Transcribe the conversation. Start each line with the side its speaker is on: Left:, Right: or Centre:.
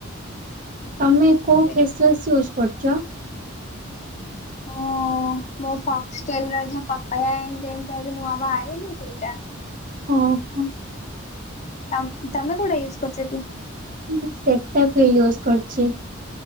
Right: ତମେ କୋଉ
Left: ସେ
Right: ଫେସ୍ ୱାଶ୍ ୟୁଜ କରୁଛ?
Left: ଓ ମୁଁ ଫକ୍ସଟେଲ ର ଯୋଉ ପପାୟା ଯେମତି ଏବେ ନୂଆ ବାହାରିନି ସେଇଟା।
Right: ଓ ହୋ।
Left: ତମ ତମେ କୋଉଟା ୟୁଜ କରୁଛ କି?
Right: ମୁଁ ସେଟା ବି ୟୁଜ କରିଛି